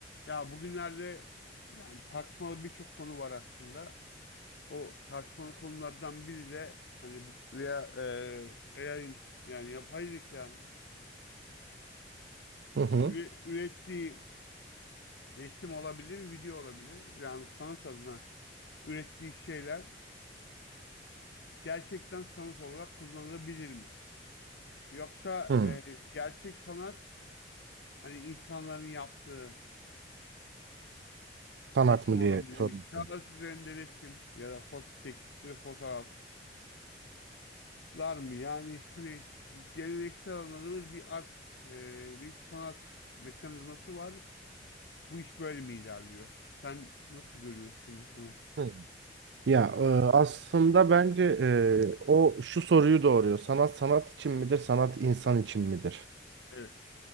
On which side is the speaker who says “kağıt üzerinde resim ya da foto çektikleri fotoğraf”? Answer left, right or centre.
Left